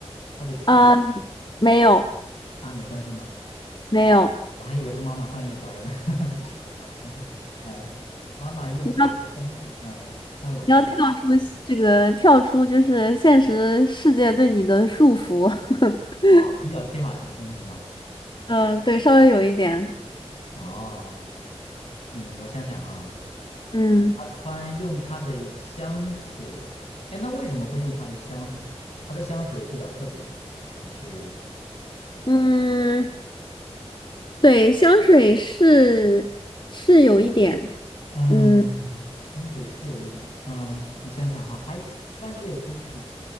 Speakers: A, on the left; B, on the left.
A: 他的职业
B: 呃，没有。
A: 啊，没关系吗？
B: 没有，
A: 我还以为他妈妈上夜班儿呢。<laughs> 嗯，妈妈用我的香水，
B: 你要
A: 嗯，穿我的衣服，
B: 你要跳出这个，跳出就是现实世界对你的束缚。<laughs>
A: 哦，比较天马行空是吗？
B: 嗯，对，稍微有一点。
A: 哦，嗯，我想想哈，
B: 嗯
A: 他穿用他的香水，哎，那为什么会用他的香水呢？他的香水比较特别吗？还是？
B: 嗯，对，香水是是有一点。
A: 嗯，
B: 嗯
A: 香水是有一点，嗯，我想想哈，还喜半夜出去，